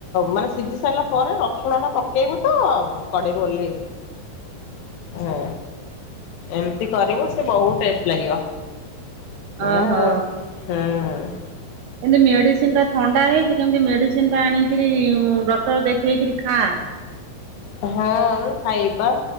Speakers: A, on the left; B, on the right.
A: ମାନେ ସିଜି ସାରିଲା ପରେ ରସୁଣଟା ପକେଇବୁ ତ କଡେଇରୁ ଓହ୍ଲେଇବୁ।
B: ହଁ
A: ହୁଁ ଏମିତି କରିବୁ ସେ ବହୁତ ଟେଷ୍ଟ ଲାଗିବ।
B: ଓହୋ
A: ଏଇଆ ଆଉ ହୁଁ।
B: ଏମିତି ମେଡ଼ିସିନଟା ଥଣ୍ଡା ହେଇଛି, ଯେମିତି ମେଡ଼ିସିନ୍ ଟା ଆଣିକିରି ଡକ୍ଟର ଦେଖେଇକି ଖା। ହଁ
A: ହଁ ମୁଁ ଖାଇବି ବା।